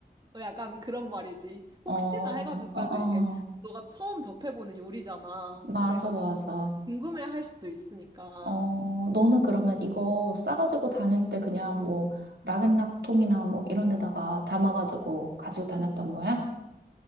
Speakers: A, on the right; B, on the right.
A: 어, 약간 그런 말이지.
B: 어,
A: 혹시나
B: 어,
A: 해가지고 그래도
B: 어,
A: 이게 너가 처음 접해보는 요리잖아.
B: 맞아,
A: 그래가지고
B: 맞아.
A: 좀 궁금해할 수도 있으니까.
B: 어, 너는 그러면 이거 싸가지고 다닐 때 그냥 뭐 락앤락통이나 뭐 이런 데다가 담아가지고 가지고 다녔던 거야?